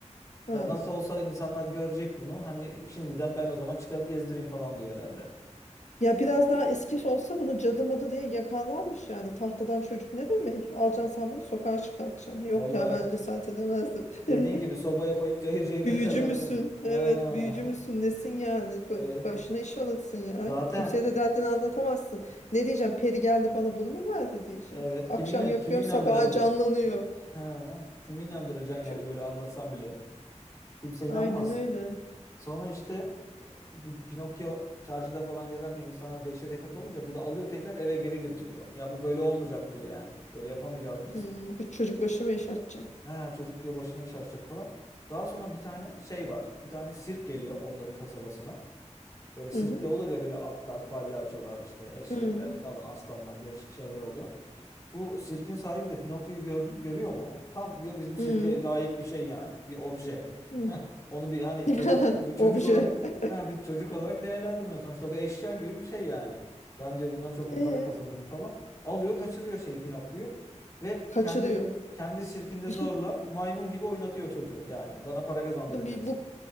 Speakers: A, on the left (about 75°); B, on the left (about 25°).
A: Ha.
B: Ya nasıl olsa insanlar görecek bunu. Hani şimdiden ben o zaman çıkarıp gezdireyim falan diyor herhalde.
A: Ya biraz daha eski olsa bunu cadı madı diye yakalanmış yani. Tahtadan çocuk ne demek? Alacaksın sen bunu sokağa çıkartacaksın. Yok
B: Valla
A: ya bence saat edemezdim. <laughs>
B: dediğin gibi sobaya koyup cayır cayır
A: Büyücü
B: <laughs> yakarlar
A: müsün?
B: değil mi? Ha.
A: Evet büyücü müsün? Nesin yani? Baş-
B: Evet.
A: Başına iş alırsın ya.
B: Zaten
A: Kimseye de derdini anlatamazsın. Ne diyeceğim? Peri geldi bana bunu mu verdi diyeceğim.
B: evet.
A: Akşam
B: Kimi, inan
A: yapıyorum
B: kimi inandıracaksın?
A: sabaha canlanıyor.
B: Ha. Kimi inandıracaksın
A: Çö-
B: yani böyle anlatsan bile. Kimse inanmaz.
A: Aynen öyle.
B: Sonra işte e, bu Pinokyo çarşıda falan gezerken insanlar dehşete kapılınca bu da alıyor tekrar eve geri götürüyor. Ya bu böyle olmayacak diyor yani. Böyle yapamayacağız biz.
A: Hmm, bu çocuk başıma iş açacak.
B: Ha, çocuk diyor başıma iş açacak falan. Daha sonra bir tane şey var. Bir tane sirk geliyor onların kasabasına. Böyle sirkte
A: Hı hı.
B: olur ya böyle atlar, palyaçolar, işte eşekler
A: Hı
B: falan, aslanlar, değişik şeyler oluyor. Bu sirkin sahibi de Pinokyo'yu gördü, görüyor mu? Tam diyor bizim sirke
A: hı.
B: layık bir şey yani. Bir obje.
A: Hı.
B: <laughs> Onu bir hani çocuk
A: <laughs>
B: bir çocuk
A: Obje.
B: olarak
A: <laughs>
B: ha bir çocuk olarak değerlendirmiyor sonuçta bu eşya gibi bir şey yani. Ben diyor bundan çok iyi
A: Ee,
B: para kazanırım falan. Alıyor kaçırıyor şeyi Pinokyo'yu ve
A: kaçırıyor.
B: kendi kendi sirkinde
A: Bir
B: zorla
A: şey
B: maymun gibi oynatıyor çocuğu yani. Bana para kazandıracaksın.
A: bu bir bu